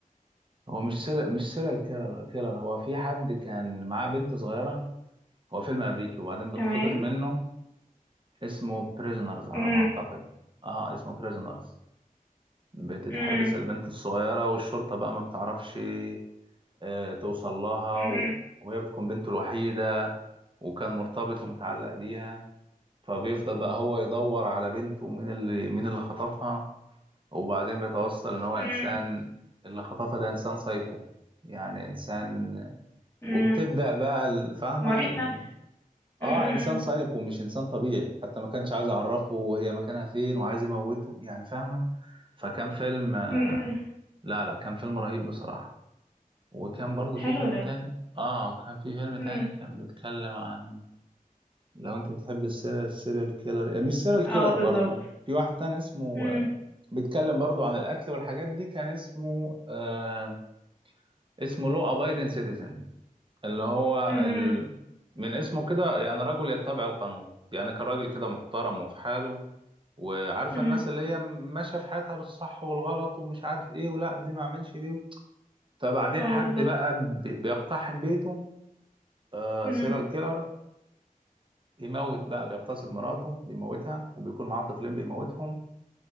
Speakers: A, on the right (about 35°); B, on the left (about 15°).
A: هو مش سيريال مش سيريال كيلر كيلر هو في حد كان معاه بنت صغيرة هو فيلم امريكي وبعدين بتخطف
B: تمام
A: منه اسمه بريزنرز على
B: مم.
A: ما اعتقد اه اسمه بريزنرز بتتحبس
B: مم.
A: البنت الصغيرة والشرطة بقى ما بتعرفش آه، توصل لها
B: مم.
A: و- وهي بتكون بنته الوحيدة وكان مرتبط ومتعلق بيها فبيفضل بقى هو يدور على بنته ومين اللي مين اللي خطفها وبعدين بيتوصل ان هو
B: مم.
A: انسان اللي خطفها ده انسان سايكو يعني انسان
B: مم.
A: وبتبدأ بقى الفاهمة
B: مريض
A: ال...
B: نفسي
A: اه
B: مم.
A: انسان
B: مم.
A: سايكو مش انسان طبيعي حتى ما كانش عايز يعرفه وهي مكانها فين وعايز يموته يعني فاهمة فكان فيلم آه،
B: مم. مم.
A: لا لا كان فيلم رهيب بصراحة وكان برضو في
B: حلو
A: فيلم
B: ده
A: تاني اه وكان في فيلم تاني
B: مم.
A: كان بيتكلم عن لو انت بتحب السيريال السيريال كيلر مش سيريال
B: اه
A: كيلر
B: بالظبط
A: برضو في واحد تاني اسمه
B: مم.
A: آه، بيتكلم برضو عن القتل والحاجات دي كان اسمه آه اسمه لو ابايدن سيتيزن اللي هو
B: مم.
A: ال... من اسمه كده يعني رجل يتبع القانون يعني كان راجل كده محترم وفي حاله وعارفه
B: مم.
A: الناس اللي هي ماشيه في حياتها بالصح والغلط ومش عارف ايه ولا دي ما اعملش دي فبعدين
B: اه
A: حد
B: بالظبط
A: بقى بي- بيقتحم بيته آه
B: مم.
A: سيريال كيلر بيموت بقى بيغتصب مراته بيموتها وبيكون معاه طفلين بيموتهم